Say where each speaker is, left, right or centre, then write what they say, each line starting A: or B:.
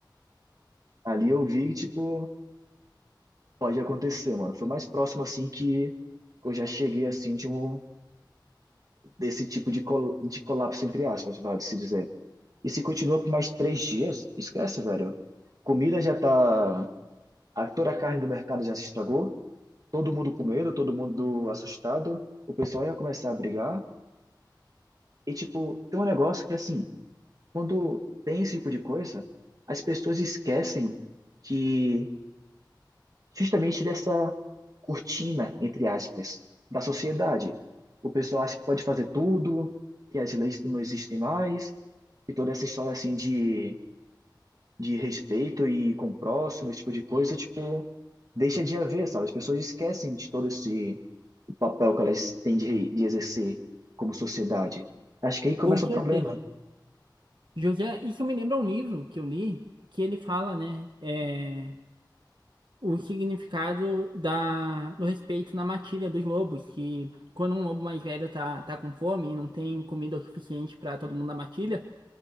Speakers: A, on the right; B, on the right.
A: Ali eu vi, tipo, pode acontecer, mano. Foi o mais próximo, assim, que eu já cheguei, assim, de um, desse tipo de, col de colapso, entre aspas, vale se dizer. E se continua por mais três dias, esquece, velho. Comida já tá. A, toda a carne do mercado já se estragou. Todo mundo com medo, todo mundo assustado. O pessoal ia começar a brigar. E, tipo, tem um negócio que, assim, quando tem esse tipo de coisa, as pessoas esquecem que justamente dessa cortina, entre aspas, da sociedade. O pessoal acha que pode fazer tudo, que as leis não existem mais, e toda essa história assim de, de respeito e com o próximo, esse tipo de coisa, tipo, deixa de haver, sabe? As pessoas esquecem de todo esse o papel que elas têm de, de exercer como sociedade. Acho que aí começa
B: Com
A: o
B: certeza.
A: problema.
B: José, isso me lembra um livro que eu li, que ele fala, né, é, o significado da, do respeito na matilha dos lobos, que quando um lobo mais velho tá, tá com fome e não tem comida o suficiente para todo mundo na matilha,